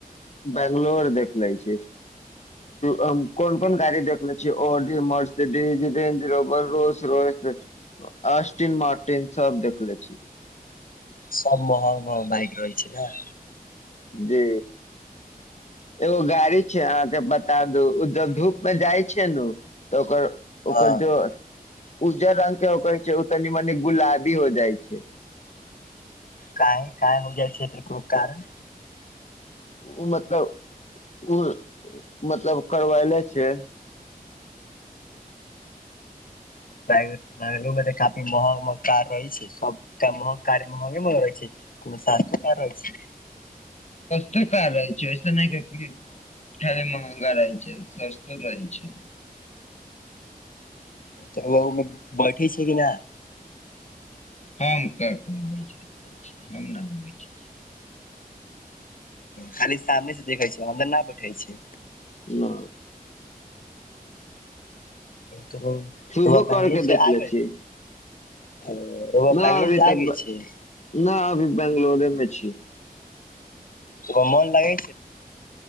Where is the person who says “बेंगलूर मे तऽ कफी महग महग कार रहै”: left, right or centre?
Left